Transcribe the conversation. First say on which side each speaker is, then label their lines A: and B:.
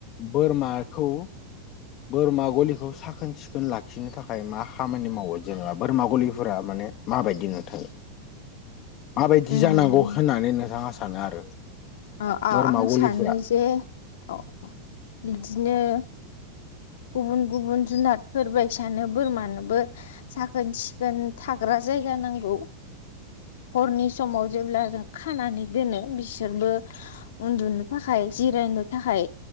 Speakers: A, on the left (about 40°); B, on the left (about 60°).
A: बोरमाखौ बोरमा गलिखौ साखोन सिखोन लाखिनो थाखाय मा खामानि मावो। जेनेबा बोरमा गलिफोरा माने माबायदि नुथाय माबायदि
B: उम
A: जानांगौ होननानै नोंथाङा सानो आरो?
B: अ' अ'
A: बोरमा
B: आं
A: गलिफोरा
B: सानो जे अ' बिदिनो गुबुन गुबुन जुनादफोर बायदिसानो बोरमानोबो साखोन सिखोन थाग्रा जायगा नांगौ। हरनि समाव जेब्ला जों खानानै दोनो बिसोरबो उन्दुनो थाखाय जिरायनो थाखाय